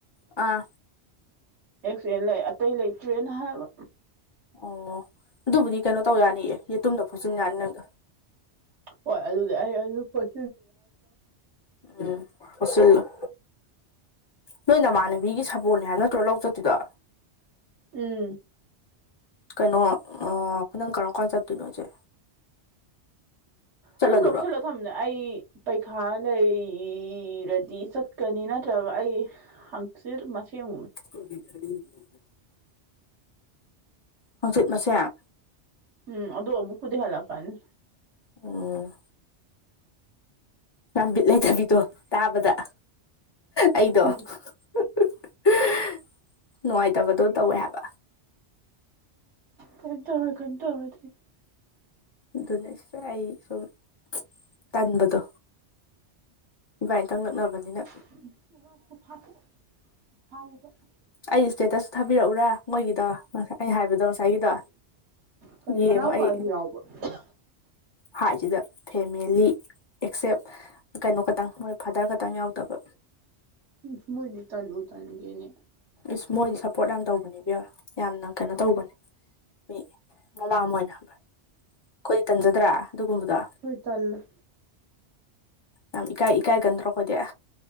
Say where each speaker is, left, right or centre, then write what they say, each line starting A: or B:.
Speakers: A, on the left; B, on the right.
A: ꯑꯥ
B: ꯑꯦꯛꯁ ꯑꯦꯜ ꯂꯩ ꯑꯇꯩ ꯂꯩꯇ꯭ꯔꯦꯅ ꯍꯥꯏꯕ
A: ꯑꯣ ꯑꯗꯨꯕꯨꯗꯤ ꯀꯩꯅꯣ ꯇꯧ ꯌꯥꯅꯤꯑꯦ ꯌꯦꯇꯨꯝꯅ ꯐꯣꯆꯤꯟ ꯌꯥꯅꯤ ꯅꯪꯗꯣ
B: ꯍꯣꯏ ꯑꯗꯨꯗꯤ ꯑꯩ ꯑꯗꯨ ꯄꯣꯠ
A: ꯎꯝ <unintelligible> ꯅꯣꯏ ꯅꯃꯥꯟꯅꯕꯤꯒꯤ ꯁꯥꯄꯣꯟꯅꯦ ꯍꯥꯏꯕ ꯅꯠꯇ꯭ꯔꯣ ꯂꯧ ꯆꯠꯇꯣꯏꯗꯣ꯫
B: ꯎꯝ
A: ꯀꯩꯅꯣ ꯅꯪ ꯀꯔꯝ ꯀꯥꯟ ꯆꯠꯇꯣꯏꯅꯣ ꯁꯦ ꯆꯠꯂꯗꯣꯏꯔꯣ
B: ꯑꯗꯨꯝ ꯂꯧꯁꯤꯂꯛ ꯈꯡꯗꯦ ꯑꯩ ꯄꯩꯈꯥ ꯂꯩꯔꯗꯤ ꯆꯠꯀꯅꯤ ꯅꯠꯇ꯭ꯔꯒ ꯑꯩ ꯍꯥꯡꯆꯤꯠ ꯃꯥꯁꯦꯝ
A: <unintelligible> ꯍꯣꯡꯆꯤꯠ ꯃꯁꯦꯝ
B: ꯎꯝ ꯑꯗꯨꯣ ꯑꯃꯨꯛꯄꯨꯗꯤ ꯍꯥꯂꯛꯀꯅꯤ꯫
A: ꯑꯣ ꯌꯥꯝ ꯕꯤꯠ ꯂꯩꯇꯕꯤꯗꯣ ꯇꯥꯕꯗ ꯑꯩꯗꯣ
B: ꯎꯝ
A: <unintelligible> ꯅꯨꯡꯉꯥꯏꯇꯕꯗꯣ ꯇꯧꯋꯦ ꯍꯥꯏꯕ꯫
B: ꯀꯏꯝ ꯇꯧꯔꯣꯏ ꯀꯏꯝ ꯇꯧꯔꯣꯏ ꯑꯗꯨ
A: ꯑꯗꯨꯅꯦ ꯑꯩ ꯁꯨꯝ ꯇꯟꯕꯗꯣ ꯏꯕꯥꯏꯟꯇꯪ ꯅꯛꯅꯕꯅꯤꯅ
B: <unintelligible>
A: ꯑꯩ ꯏꯁꯇꯦꯇꯁꯁꯨ ꯊꯥꯕꯤꯔꯛꯎꯔ ꯃꯣꯏꯒꯤꯗꯣ ꯑꯩꯅ ꯍꯥꯏꯕꯗꯣ ꯉꯁꯥꯏꯒꯤꯗꯣ
B: ꯀ
A: ꯌꯦꯡꯉꯣ
B: ꯩꯃꯅꯥꯎꯄꯒꯤ꯫
A: ꯑꯩ
B: <unintelligible>
A: ꯍꯥꯏꯁꯤꯗ ꯐꯦꯃꯦꯂꯤ ꯑꯦꯛꯁꯦꯞ ꯀꯩꯅꯣ ꯈꯛꯇꯪ ꯃꯣꯏ ꯐꯥꯗꯔ ꯈꯛꯇꯪ ꯌꯥꯎꯗꯕ
B: ꯏꯁ ꯃꯣꯏꯕꯨ ꯇꯥꯟꯕꯨ ꯇꯟꯗꯦꯅꯦ꯫
A: ꯏꯁ ꯃꯣꯏꯗꯤ ꯁꯞꯄꯣꯔꯠ ꯌꯥꯝ ꯇꯧꯕꯅꯦꯕ ꯌꯥꯝꯅ ꯀꯩꯅꯣ ꯇꯧꯕꯅꯦ꯫ ꯃꯤ ꯃꯃꯥ ꯑꯃ ꯑꯣꯏꯅ ꯑꯩꯈꯣꯏꯗꯤ ꯇꯝꯖꯗ꯭ꯔꯥ ꯑꯗꯨꯒꯨꯝꯕꯗꯣ꯫
B: ꯍꯣꯏ ꯇꯜꯂꯦ꯫
A: ꯌꯥꯝ ꯏꯀꯥꯏ ꯏꯀꯥꯏꯒꯟꯗ꯭ꯔꯥ ꯑꯩꯏꯗꯤ꯫